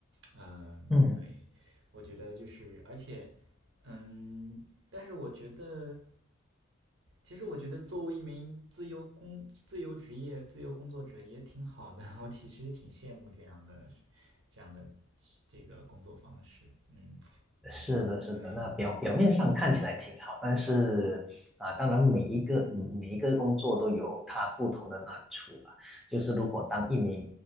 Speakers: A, on the right (about 60°); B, in the centre.
A: 嗯，
B: 嗯，
A: 对，我觉得就是，而且，嗯，但是我觉得，其实我觉得作为一名自由工、自由职业、自由工作者也挺好的，<laughs> 我其实挺羡慕这样的、这样的这个工作方式。嗯，
B: 是的，是的。
A: 对，
B: 那表表面上看起来挺好，但是啊，当然每一个每一个工作都有它不同的难处啦。就是如果当一名